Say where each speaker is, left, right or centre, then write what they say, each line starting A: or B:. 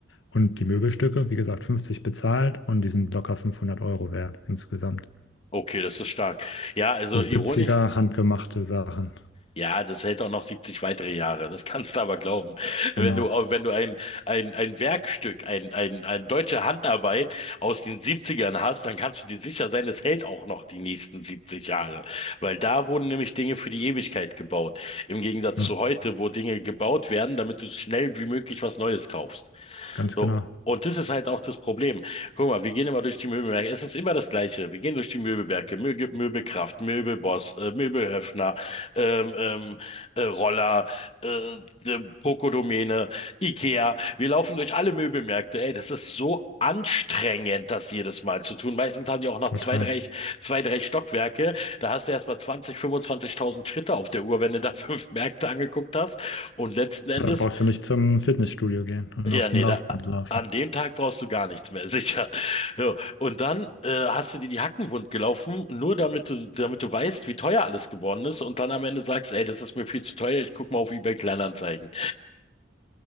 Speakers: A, on the left; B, on the left.
A: und die Möbelstücke, wie gesagt, 50 bezahlt und die sind locker 500 Euro wert insgesamt.
B: Okay, das ist stark. Ja, also
A: So 70
B: ironisch
A: handgemachte Sachen.
B: Ja, das hält auch noch 70 weitere Jahre. Das kannst du aber glauben. Wenn
A: Genau.
B: du, au- wenn du ein, ein, ein Werkstück, ein, ein, ein deutsche Handarbeit aus den 70ern hast, dann kannst du dir sicher sein, es hält auch noch die nächsten 70 Jahre. Weil da wurden nämlich Dinge für die Ewigkeit gebaut. Im Gegensatz
A: Ja,
B: zu heute, wo Dinge gebaut werden, damit du schnell wie möglich was Neues kaufst.
A: ganz
B: So.
A: genau.
B: Und das ist halt auch das Problem. Guck mal, wir gehen immer durch die Möbelwerke. Es ist immer das Gleiche. Wir gehen durch die Möbelwerke. Möbel, Möbelkraft, Möbelboss, äh, Möbelhöfner, ähm, ähm, äh, Roller, äh, äh, Pokodomäne, Ikea. Wir laufen durch alle Möbelmärkte. Ey, das ist so anstrengend, das jedes Mal zu tun. Meistens haben die auch noch
A: Total.
B: zwei, drei, zwei, drei Stockwerke. Da hast du erst mal 20, 25.000 Schritte auf der Uhr, wenn du da <laughs> fünf Märkte angeguckt hast. Und letzten Endes
A: Ja, Da brauchst du nicht zum Fitnessstudio gehen und
B: ja,
A: auf
B: nee,
A: dem Laufband
B: da,
A: laufen.
B: an dem Tag brauchst du gar nichts mehr, <laughs> sicher. So, und dann äh, hast du dir die Hacken wund gelaufen, nur damit du, damit du weißt, wie teuer alles geworden ist und dann am Ende sagst, ey, das ist mir viel zu teuer, ich guck mal auf eBay Kleinanzeigen.